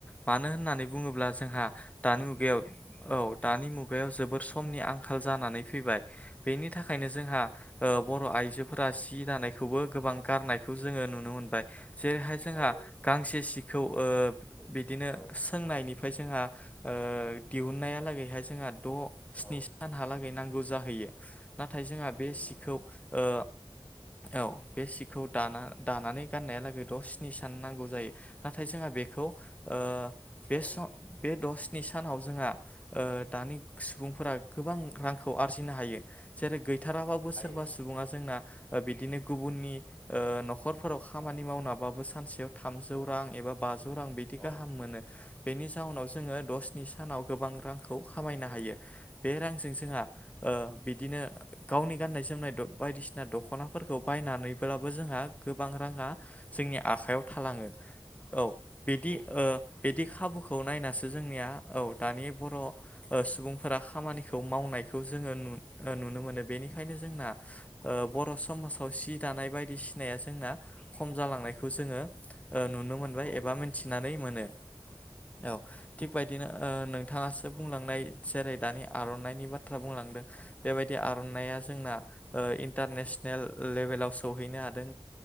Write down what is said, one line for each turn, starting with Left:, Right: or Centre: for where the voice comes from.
Left: मानो होननानै बुङोब्ला जोंहा दानि मुगायाव औ दानि मुगायाव जोबोर समनि आंखाल आंखाल जानानै फैबाय बेनि थाखायनो जोंहा ओ बर' आइजोफोरा सि दानायखौबो गोबां गारनायखौ जोङो नुनो मोनबाय। जेरैहाय जोंहा
Centre: औ
Left: गांसे सिखौ ओ बिदिनो
Centre: औ
Left: सोंनायनिफ्राय जोंहा दिहुननायालागैहाय जोंहा द' स्नि
Centre: औ
Left: नि हहालागै नांगौ जाहैयो नाथाय जोंहा
Centre: नंगौ
Left: बे
Centre: नंगौ
Left: सिखौ ओ औ बे सिखौ दाना दानानै गाननायालागै द' स्नि स जायो नाथाय जोंहा बेखौ ओ
Centre: औ
Left: बे द नि सानाव जोंहा ओ दानि सुबुंफोरा गोबां रांखौ आरजिनो हायो जेरै गैथाराबाबो
Centre: हायो
Left: सोरबा
Centre: हायो
Left: सुबुङा जोंना बिदिनो गुबुननि ओ न'खरफोराव खामानि
Centre: औ
Left: मावनाबाबो स सानसेयाव थामजौ रां एबा बाजौ रां बिदि
Centre: औ
Left: गाहाम मोनो। बेनि जाहोनाव जोङो दसनि सानाव गोबां रांखौ खामायनो
Centre: औ
Left: हायो। बे रांजों जोंहा ओ बिदिनो गावनि गाननाय जोमनाय बायदिसिना दख'नाफोरखौ बाय नानै फानानैब्लाबो जोंहा गोबां राङा जोंनि आखायाव थालाङो। औ बिदि
Centre: औ
Left: ओ बिदि खाबुखौ नायनासो जोंनिया औ। दानि बर' सुबुंफोरा खामानिखौ मावनायखौ जोङो नुनो मोनो। बेनिखायनो जोंना ओ बर' समा जाव सि दानाय बायदिसिनाया जोंना खम जालांनायखौ जोङो नुनो मोनबाय
Centre: औ
Left: एबा मिथिनानै मोनो। औ थिग बदिनो ओ नोंथाङासो बुंलांनाय जेरै दानि आर'नाइनि बाथ्रा बुंलांदों बेबायदि आर'नाइया जोंना ओ इन्टारनेसन नेल लेभेलाव सौहैनो हादों।